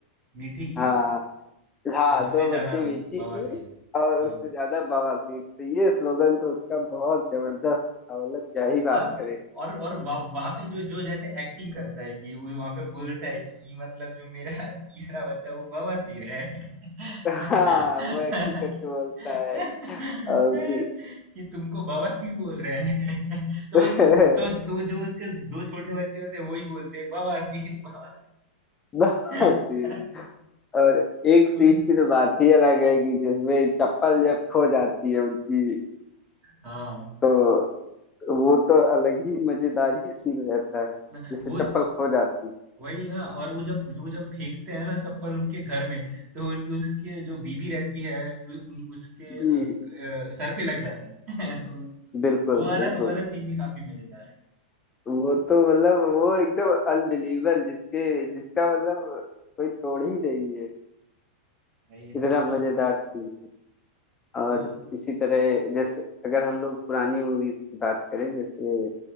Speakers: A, on the right (about 30°); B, on the left (about 15°).
A: मीठी खीर
B: हाँ हाँ
A: उससे
B: दो
A: ज्यादा
B: बच्चे विकी
A: बवासीर
B: की और
A: हाँ
B: उससे ज्यादा बवासीर तो ये स्लोगन तो उसका बहुत जबरदस्त था मतलब क्या ही बात
A: और
B: करें
A: और और वह, वहां पे जो जो जैसे एक्टिंग करता है कि वो वहां पे बोलता है कि मतलब जो मेरा <laughs> तीसरा बच्चा वो बवासीर है <laughs>
B: हाँ वो एक्टिंग करके बोलता है और कि
A: कि तुमको बवासीर बोल रहे हैं <laughs> तो
B: <laughs>
A: वो तो तो जो उसके दो छोटे बच्चे होते हैं वही बोलते हैं बवासीर बवासीर
B: बवासीर
A: <laughs>
B: और एक सीट
A: वो भी
B: की तो बात ही अलग है कि जिसमें चप्पल जब खो जाती है उनकी
A: हाँ
B: तो वो तो अलग ही मजेदार ही सीन रहता है
A: न-
B: जिसमें
A: वो
B: चप्पल खो जाती है
A: वही ना और वो जब वो जब फेंकते हैं ना चप्पल उनके घर में तो उनकी उसके जो बीबी रहती है उ- उन उसके
B: जी
A: अ, अ, सर पे लग जाता है <laughs> तो
B: बिल्कुल
A: वो वाला
B: बिल्कुल
A: वो वाला सीन भी काफी मजेदार है
B: वो तो मतलब वो एकदम अनबिलीवेबल जिसके जिसका मतलब कोई तोड़ ही नहीं है
A: वही
B: इतना
A: तो
B: मजेदार सीन और
A: वो
B: इसी तरह जैसे अगर हम लोग पुरानी मूवीज की बात करें जैसे